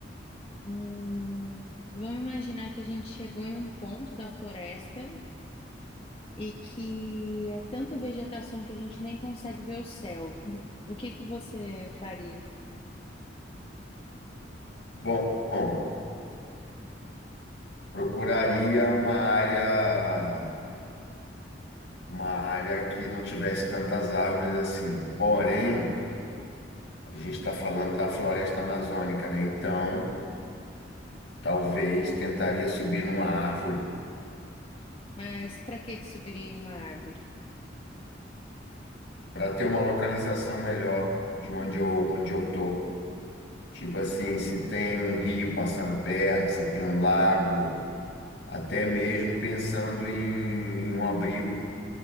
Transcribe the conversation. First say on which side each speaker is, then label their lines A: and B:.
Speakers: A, on the left; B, on the left.
A: Hum, vamos imaginar que a gente chegou em um ponto da floresta e que é tanta vegetação que a gente nem consegue ver o céu. <laughs> O que que você faria?
B: Bom, bom, procuraria uma área, uma área que não tivesse tantas árvores assim. Porém, a gente está falando da floresta amazônica, né? Então Talvez tentaria subir numa árvore
A: Mas para que que subiria em uma árvore?
B: para ter uma localização melhor de onde
A: Ah,
B: eu, onde eu tô. Tipo assim, se tem um rio passando perto, se tem um lago, até mesmo pensando em um abrigo,